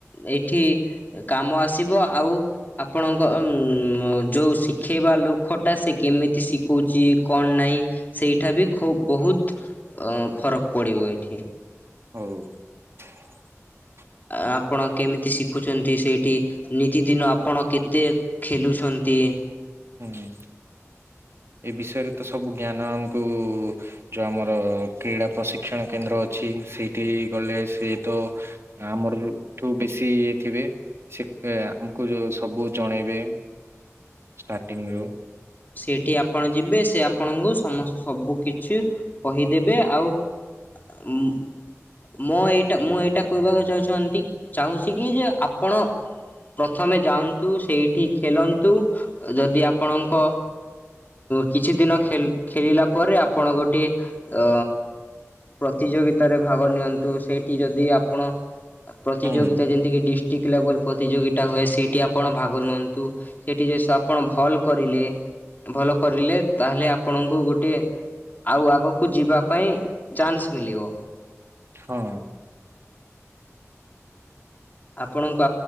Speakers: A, on the left; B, on the right.
A: ଏଇଠି କାମ ଆସିବ ଆଉ ଆପଣଙ୍କ ଉମ୍ ଯଉ ଶିଖେଇବା ଲୋକଟା ସେ କେମିତି ଶିଖଉଛି କଣ ନାହିଁ ସେଇଠା ବି ଖୁବ୍ ବହୁତ ଅ ଫରକ୍ ପଡ଼ିବ ଏଇଠି।
B: ହଉ। <unintelligible>
A: ଆପଣ କେମିତି ଶି ଶିଖୁଛନ୍ତି ସେଇଠି ନି ନିତିଦିନ ଆପଣ କେତେ ଖେଲୁଛନ୍ତି?
B: ହୁଁ ଏ ବିଷୟରେ ତ ସବୁ ଜ୍ଞାନ ଆମକୁ ଯୋଉ ଆମର କ୍ରୀଡ଼ା ପ୍ରଶିକ୍ଷଣ କେନ୍ଦ୍ର ଅଛି ସେଇଠି ଗଲେ ସେ ତ ଆମରଲୁଠୁ ବେଶୀ ଇଏ ଥିବେ ସେ ଆମକୁ ଯଉ ସବୁ ଜଣେଇବେ ଷ୍ଟାଟିଙ୍ଗ୍ ରୁ
A: ସେଠି ଆପଣ ଯିବେ ସେ ଆପଣଙ୍କୁ ସମ ସବୁ କିଛି କହିଦେବେ ଆଉ ଆ ଉଁ ମଁ ଏଇଟା ମୁଁ ଏଇ ଏଟା କହିବାକୁ ଚାହୁଛନ୍ତି ଚାହୁଁଛି କି ଯେ ଆପଣ? ପ୍ରଥମେ ଯାଆନ୍ତୁ ସେଇ ଏଠିକି ଖେଳନ୍ତୁ <unintelligible> ଯଦି ଆପଣଙ୍କ କିଛି ଦିନ ଖେଳିଲା ପରେ ଆପଣ ଗୋଟେ ଅ ପ୍ରତିଯୋଗିତାରେ ଭାଗ ନିଅନ୍ତୁ ସେଇଠି ଯଦି ଆପଣ ପ୍ରତିଯୋଗତା
B: ହୁଁ
A: ଯେନ୍ତିକି ଡିଷ୍ଟ୍ରିକ୍ଟ ଲେଭଲ ପ୍ରତିଯୋଗିତା ହୋଇ ସେଇଟି ଆପଣ ଭାଗ ନିଅନ୍ତୁ ସେଇଠି ଯେଉଁ ସ ଆପଣ ଭଲ୍ କରିଲେ ଭଲ କରିଲେ ତାହେଲେ ଆପଣଙ୍କୁ ଗୋଟେ ଆଉ ଆଗକୁ ଯିବା ପାଇଁ ଚାନ୍ସ ମିଳିବ।
B: ହଁ
A: ଆପଣଙ୍କୁ